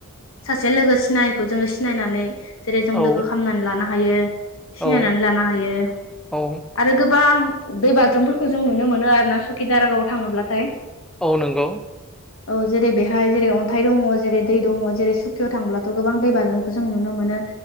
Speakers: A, on the left; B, in the centre.
A: सासे लोगो सिनायैखौ जोङो सिनायनानै जेरै जों
B: औ
A: लोगो खालामनानै लानो हायो
B: औ
A: सिनायनानै लानो हायो।
B: औ।
A: आरो गोबां दै बाज्रुमफोरखौ जों नुनो मोनो आरोना सुकि दारागावआव थाङोब्लाथाय।
B: औ नंगौ।
A: औ जेरै बेहाय जेरै अन्थाइ दङ जेरै दै दङ जेरै सुखियाव थांब्लाथ' गोबां दै बाज्रुमखौ जों नुनो मोनो।